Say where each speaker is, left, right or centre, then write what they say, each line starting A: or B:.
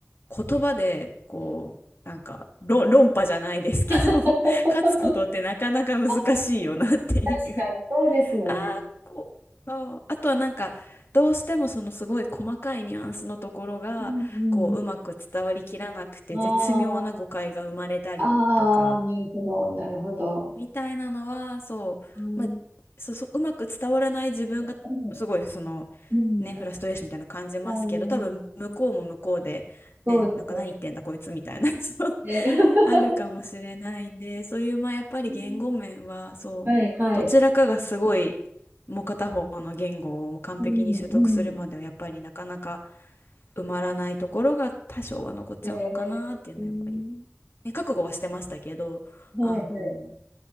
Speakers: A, on the left (about 60°); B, on the right (about 55°).
A: 言葉でこうなんか論、論破じゃないですけど
B: <laughs>
A: <laughs> 勝つことってなかなか難しいよなっていう
B: あー確かにそうですよね。
A: <laughs> あーこうあーあとはなんかどうしてもそのすごい細かいニュアンスのところがこううまく伝わりきらなくて絶妙な誤解が生まれたりとか
B: うんうん。ああ、ああ、なるほど、なるほど。
A: みたいなのはそう、
B: うん、
A: まあ、そ、そううまく伝わらない自分がすごいその
B: うん、うん、
A: ねフラストレーションみたいなの感じますけど多分向こうも向こうでねなんか何言ってんだこいつみたいな
B: うんうんそうですよね。
A: <laughs> そう
B: ね、ね <laughs>
A: あるかもしれないんでそういうまあやっぱり言語面はそうどちらかがすごい
B: うんはい、はい。
A: もう片方の言語をもう完璧に習得するまではやっぱりなかなか
B: うん、うん。
A: 埋まらないところが多少は残っちゃうのかなっていうのはやっぱり、
B: えー、うん、
A: ね、覚悟はしてましたけどあの
B: はい、はい。